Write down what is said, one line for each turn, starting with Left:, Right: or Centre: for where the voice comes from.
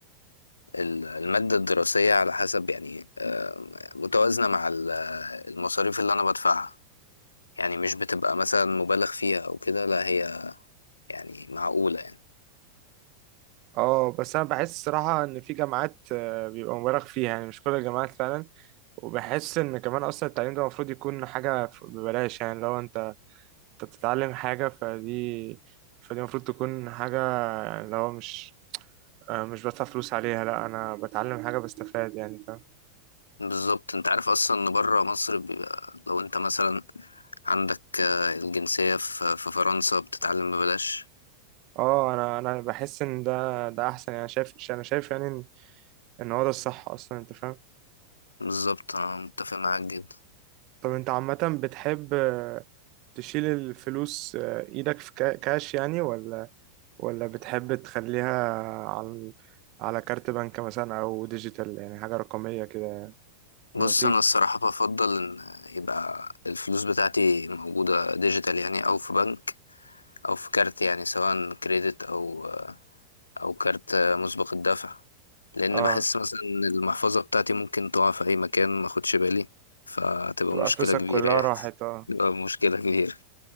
Left: ال- المادة الدراسية على حسب يعني آه، متوازنة مع ال- المصاريف اللي أنا بدفعها يعني مش بتبقى مثلا مبالغ فيها أو كده لا هي يعني معقولة يعني
Right: اه بس انا بحس الصراحة ان في جامعات آه، بيبقى مبالغ فيها يعني مش كل الجامعات فعلا وبحس ان كمان اصلا التعليم ده المفروض يكون حاجة ف- ببلاش يعني لو انت انت بتتعلم حاجة فدي فدي المفروض تكون حاجة يعني لو مش آه، مش بدفع فلوس عليها لا انا بتعلم حاجة بستفاد يعني فاهم
Left: بالظبط أنت عارف أصلا إن بره مصر بيبقى لو أنت مثلا عندك آه، الجنسية في في فرنسا بتتعلم ببلاش
Right: اه انا انا بحس ان ده ده احسن يعني شايف انا شايف يعني ان إن هو ده الصح اصلا انت فاهم
Left: بالظبط أنا متفق معاك جدا
Right: طب انت عامة بتحب آه، تشيل الفلوس آه، ايدك في كا- كاش يعني ولا ولا بتحب تخليها على على كارت بنك مثلا او ديجيتال يعني حاجة رقمية كده
Left: بص
Right: لما بتيجي
Left: أنا الصراحة بفضل إن يبقى الفلوس بتاعتي موجودة ديجيتال يعني أو في بنك أو في كارت يعني سواء كريدت أو او كارت مسبق الدفع لان
Right: اه
Left: بحس مثلا إن المحفظة بتاعتي ممكن تقع في اي مكان ما اخدش بالي فتبقى
Right: تبقى
Left: مشكلة
Right: فلوسك
Left: كبيرة
Right: كلها
Left: يعني
Right: راحت
Left: <laughs>
Right: اه
Left: تبقى مشكلة كبيرة